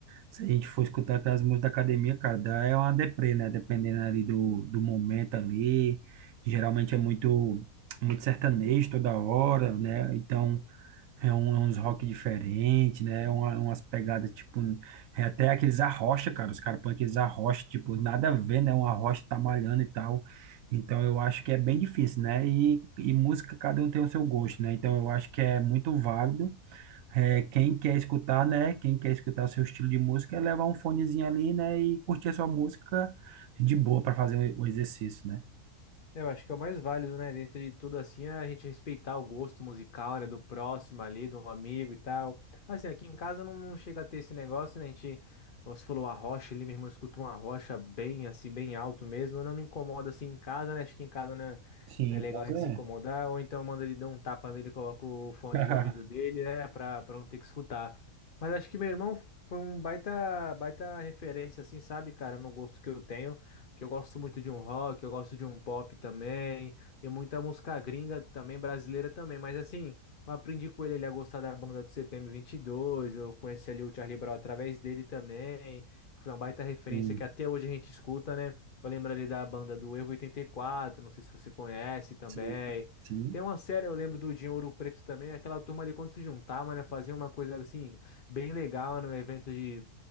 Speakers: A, on the right (about 70°); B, on the left (about 45°).
A: se a gente for escutar aquelas músicas da academia, cara, dá é uma deprê, né? Dependendo ali do, do momento ali. Geralmente é muito, muito sertanejo toda hora, né? Então. É, um, é uns rock diferente, né? É uma- umas pegadas, tipo, é até aqueles arrocha, cara. Os caras põem aqueles arrocha, tipo, nada a ver, né? Um arrocha tá malhando e tal. Então eu acho que é bem difícil, né? E, e música, cada um tem o seu gosto, né? Então eu acho que é muito válido. É, quem quer escutar, né? Quem quer escutar o seu estilo de música é levar um fonezinho ali, né? E curtir a sua música de boa para fazer o o exercício, né?
B: É, Eu acho que é o mais válido, né? Dentro de tudo assim, é a gente respeitar o gosto musical, né, do próximo ali, do amigo e tal. Assim, aqui em casa não, não chega a ter esse negócio, né? A gente, você falou a rocha ali, meu irmão escuta uma rocha bem assim, bem alto mesmo. Eu não me incomodo assim em casa, né? Acho que em casa né,
A: Sim,
B: não é legal
A: mas
B: a gente
A: é.
B: se incomodar. Ou então manda ele dar um tapa nele, coloca o fone
A: <laughs>
B: de ouvido dele, né? Pra, pra não ter que escutar. Mas acho que meu irmão foi um baita, baita referência, assim, sabe, cara, no gosto que eu tenho que eu gosto muito de um rock, eu gosto de um pop também, e muita música gringa também, brasileira também, mas assim, eu aprendi com ele, ele a gostar da banda do CPM 22, eu conheci ali o Charlie Brown através dele também, que foi uma baita referência
A: Sim,
B: que até hoje a gente escuta, né? Eu lembro ali da banda do Evo 84, não sei se você conhece também.
A: sim, sim.
B: Tem uma série, eu lembro do Dinho Ouro Preto também, aquela turma ali quando se juntava, né? Fazia uma coisa assim, bem legal, num evento de,